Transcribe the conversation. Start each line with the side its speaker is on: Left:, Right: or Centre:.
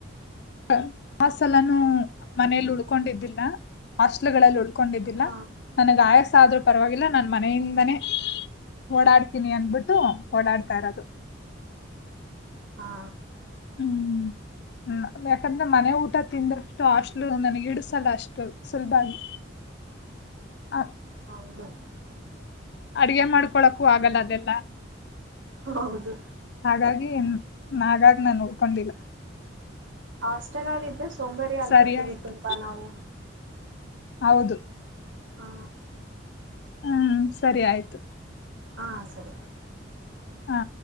Left: ಆ ಆಸಲನು ಮನೆಲ್ ಉಲ್ಕೊಂಡಿದ್ದಿಲ್ಲ ಆಸ್ಟ್ಲುಗಳಲಿ ಉಲ್ಕೊಂಡಿದಿಲ್ಲ
Right: ಹಾ
Left: ನನಗೆ ಆಯಾಸ ಅದ್ರು ಪರವಾಗಿಲ್ಲ ನನ್ ಮನೆಯಿಂದನೇ ಓಡಾಡ್ತೀನಿ ಅಂದ್ಬಿಟ್ಟು ಓಡಾಡಿತಿರಡು
Right: ಹಾ
Left: ಊ ಯಾಕಂದ್ರೆ ಮನೆ ಊಟ ತಿಂದಷ್ಟು ಹಸ್ಟ್ಲು ನಾನುಗಿಡ್ಡಸಲ್ಲ ಅಷ್ಟು ಸುಲಬಾಗಿ ಆ
Right: ಹೌದು
Left: ಅಡಿಗೆ ಮಾಡ್ಕೊಳಕ್ಕು ಆಗಲ್ಲ ಅದೆಲ್ಲ
Right: ಹೌದು
Left: ಆಗಾಗಿ ಊ ನಗಾಗಿ ನಾನ್ ಉಲ್ಕೊಂಡಿಲ್ಲ
Right: ಆಸ್ ಚನಾಗಿದ್ರೆ ಸೋಂಬೇರಿ ಆಗ್ಬಿಡ್ತೀವಿ
Left: ಸರಿ ಆಯ್ತು
Right: ತುಂಬಾ ನಾವು
Left: ಹೌದು
Right: ಹಾ
Left: ಹೂ ಸರಿ ಆಯಿತು
Right: ಹಾ ಸರಿ
Left: ಹಾ